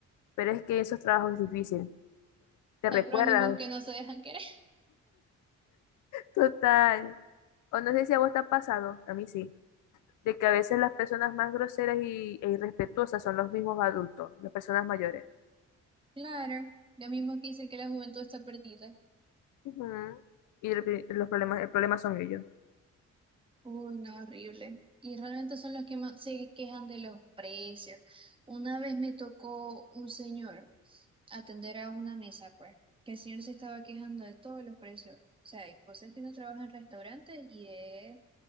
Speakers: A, on the left; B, on the right.
A: Pero es que esos trabajos es difícil. Te
B: Hay
A: recuerdan
B: prójimos que no se dejan querer.
A: Total. O no sé si a vos te ha pasado, a mí sí, de que a veces las personas más groseras y, e irrespetuosas son los mismos adultos, las personas mayores.
B: Claro, lo mismo que dicen que la juventud está perdida.
A: Ujú. Y el, pri- los problemas, el problema son ellos.
B: Uy, no, horrible. Y realmente son los que más se quejan de los precios. Una vez me tocó un señor atender a una mesa, pues, que el señor se estaba quejando de todos los precios. O sea, y vos es que uno trabaja en restaurantes y es, o